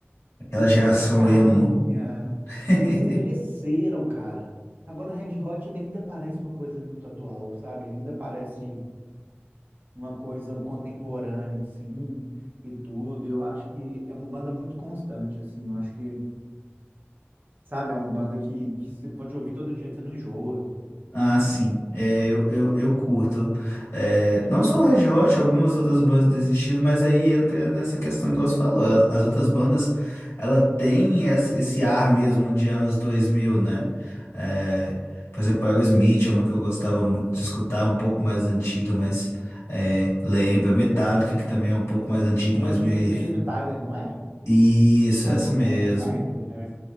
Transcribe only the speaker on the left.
aquela
geração
emo. <laughs>
Ah, sim. É, eu, eu, eu curto. É, não só o Red Hot, algumas outras bandas desistiram, mas aí entra nessa questão, igual você falou. As, as outras bandas, ela tem esse esse ar mesmo de anos 2000, né? É, por exemplo, Aerosmith é uma que eu gostava muito de escutar, um pouco mais antiga, mas é, lembra. Metallica, que também é um pouco mais antiga,
mas me
isso,
essa mesmo.